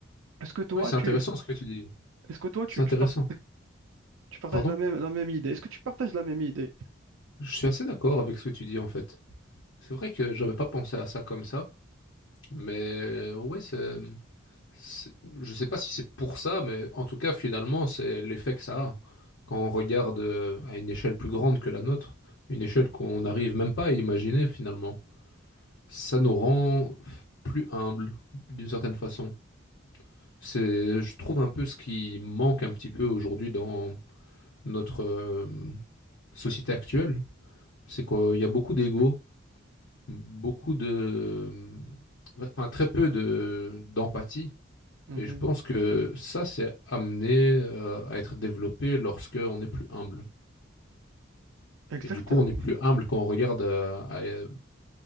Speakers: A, on the right (about 80°); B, on the left (about 70°).
A: Est-ce que toi,
B: Ouais, c'est
A: tu,
B: intéressant ce que tu dis.
A: est-ce que toi, tu,
B: C'est intéressant.
A: tu, par- tu partages
B: Pardon?
A: la même, la même idée? Est-ce que tu partages la même idée?
B: Je suis assez d'accord avec ce que tu dis en fait. C'est vrai que j'avais pas pensé à ça comme ça, mais ouais, c'est. C'est- Je sais pas si c'est pour ça, mais en tout cas, finalement, c'est l'effet que ça a. Quand on regarde euh, à une échelle plus grande que la nôtre, une échelle qu'on n'arrive même pas à imaginer finalement, ça nous rend plus humbles d'une certaine façon. C'est, je trouve, un peu ce qui manque un petit peu aujourd'hui dans notre euh, société actuelle, c'est qu'il y a beaucoup d'ego, beaucoup de, enfin très peu de d'empathie
A: Mhm.
B: Et je pense que ça, c'est amené euh, à être développé lorsque on est plus humble.
A: Exactement,
B: Et du coup, on est plus humble quand on regarde euh, à- euh,